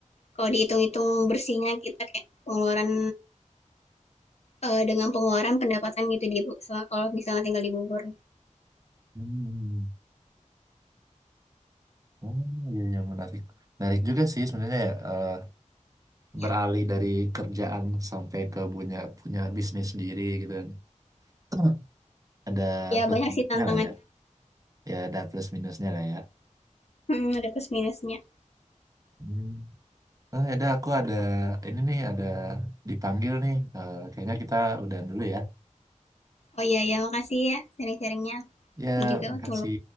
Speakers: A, on the left (about 55°); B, on the right (about 25°).
A: Kalau dihitung-hitung bersihnya kita kayak pengeluaran, eee, dengan pengeluaran pendapatan gitu di so kalau misalnya tinggal di Bogor.
B: Hmm. oh iya iya menarik menarik juga sih sebenarnya ya, eh,
A: Ya
B: beralih dari kerjaan sampai ke punya punya bisnis sendiri gitu kan <clears throat> ada
A: ya
B: plus
A: banyak
B: minusnya
A: sih tantangannya,
B: lah ya ya ada plus minusnya lah ya
A: mhm, ada plus minusnya.
B: Hmm. Oh, ya udah, aku ada ini nih, ada dipanggil nih. Eh, kayaknya kita udahan dulu ya.
A: Oh iya ya makasih ya sharing sharingnya
B: Ya,
A: Ini juga
B: makasih.
A: waktu